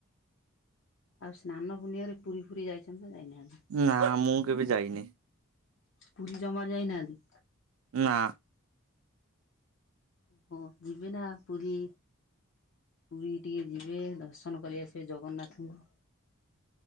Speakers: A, on the left (about 60°); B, on the right (about 70°).
A: ଆଉ ସ୍ନାନ ପୂର୍ଣ୍ଣିମାରେ ପୁରୀ ଫୁରୀ ଯାଇଚନ୍ତି ନା ଯାଇନାହାନ୍ତି?
B: ନା ମୁଁ କେବେ ଯାଇନି।
A: ପୁରୀ ଜମାରୁ ଯାଇନାହାନ୍ତି।
B: ନା।
A: ହଁ ଯିବେ ନା ପୁରୀ। ପୁରୀ ଟିକେ ଯିବେ। ଦର୍ଶନ କରି ଆସିବେ ଜଗନ୍ନାଥଙ୍କୁ।